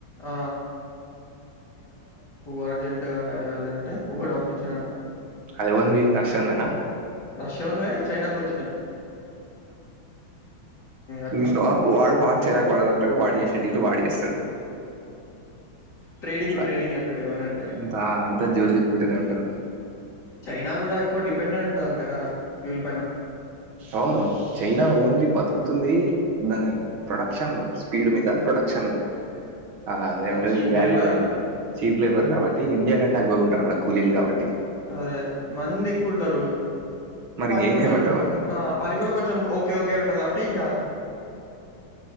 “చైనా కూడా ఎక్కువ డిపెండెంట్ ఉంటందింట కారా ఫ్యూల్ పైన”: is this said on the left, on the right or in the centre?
Left